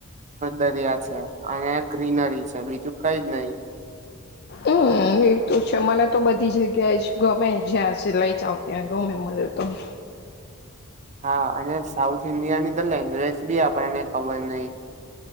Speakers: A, on the right; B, on the left.
A: દરિયા છે અને ગ્રીનરી છે બીજું કઈ જ નહી.
B: એ હમ એવ તો છે મને તો બધી જગ્યાએ જ ગમે જ્યાં સિલાઈ ચાવ ત્યાં ગમે મે તો <inaudible>
A: હા અને સાઉથ ઇન્ડિયાની તો લેન્ગવેજ બી આપણને ખબર નય